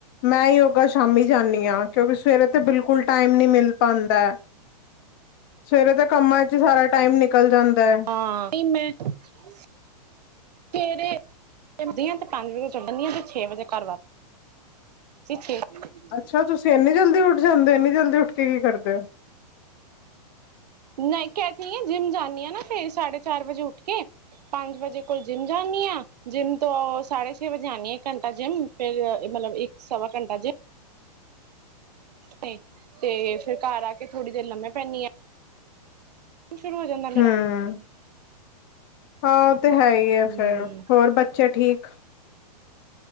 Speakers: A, on the left; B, on the right.
A: ਮੈਂ ਯੋਗਾ ਸ਼ਾਮੀ ਜਾਂਦੀ ਹਾਂ। ਕਿਉਂਕਿ ਸਵੇਰੇ ਤੇ ਬਿਲਕੁਲ ਟਾਈਮ ਨੀ ਮਿਲ ਪਾਂਦਾ, ਸਵੇਰੇ ਤੇ ਕੰਮਾਂ ਚ ਸਾਰਾ ਟਾਈਮ ਨਿਕਲ ਜਾਂਦਾ ਹੈ।
B: ਹਾਂ, <unintelligible> ਸਵੇਰੇ ਚਲਦੀ ਆ, ਪੰਜ ਵਜ਼ੇ ਚਲੀ ਜਾਂਦੀ ਹਾਂ ਤੇ, ਛੇ ਵਜ਼ੇ ਘਰ ਵਾਪਸ। <inaudible>
A: ਅੱਛਾ ਤੁਸੀਂ, ਇੰਨੀ ਜਲਦੀ ਉੱਠ ਜਾਂਦੇ ਹੋ? ਇੰਨੀ ਜਲਦੀ ਉੱਠ ਕੇ, ਕੀ ਕਰਦੇ ਹੋ?
B: ਨਹੀਂ ਕਹਿ ਤੇ ਰਹੀ ਆ, ਜਿੰਮ ਜਾਂਦੀ ਹਾਂ ਨਾ, ਸਵੇਰੇ ਸਾਢੇ ਚਾਰ ਵਜੇ ਉੱਠ ਕੇ। ਪੰਜ ਵਜੇ, ਕੋਲ ਜਿੰਮ ਜਾਂਣੀ ਆ। ਜਿੰਮ ਤੋਂ ਸਾਢੇ ਛੇ ਵਜੇ ਆਉਣੀ ਆ, ਇੱਕ ਘੰਟਾ ਜਿੰਮ ਫੇਰ, ਮਤਲਬ ਇੱਕ, ਸਵਾ ਘੰਟਾ ਜਿਮ ਤੇ ਫ਼ਿਰ ਘਰ ਆ ਕੇ ਥੋੜ੍ਹੀ ਦੇਰ ਲੰਮੇਂ ਪੈਂਨੀ ਆ। ਸ਼ੁਰੂ, ਹੋ ਜਾਂਦਾ ਮੇਰਾ।
A: ਹਮ। ਹਾਂ, ਉਹ ਤੇ ਹੈ ਹੀ ਆ,
B: ਹਮ
A: ਫੇਰ, ਹੋਰ ਬੱਚੇ ਠੀਕ?